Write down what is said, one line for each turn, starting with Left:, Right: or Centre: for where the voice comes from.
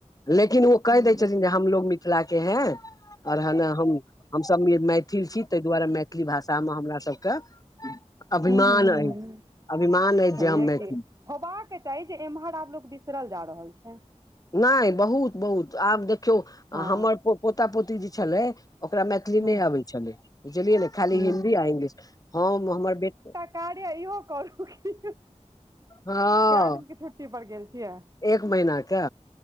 Left: लेकिन ओ केह
Right: हूँ
Left: दै छथिन
Right: हूँ
Left: जे हमलोग मिथिला के है और ह ने हम हम सभ मैथिल छी ताहि दुआरे मैथिली भाषा मे हमरा सभ के अभिमान
Right: हूँ हूँ हूँ
Left: अई
Right: हूँ
Left: अभिमान अछि
Right: छैहे
Left: जे हम मैथिली
Right: कि होबाक चाही जे एम्हर आब लोग बिसरल जा रहल छै
Left: नय बहुत बहुत आब देखियौ
Right: हँ
Left: हमर पोता पोती जे छलै ओकरा मैथिल <unintelligible> किछ
Right: हूँ
Left: नहि अबै छलै बुझलियै ने खाली
Right: हूँ
Left: हिन्दी आ इंग्लिश हम हमर बे
Right: <unintelligible> कार अयो करू कए
Left: हँ
Right: दिन के छुट्टी पर गेल छियै
Left: एक महीना के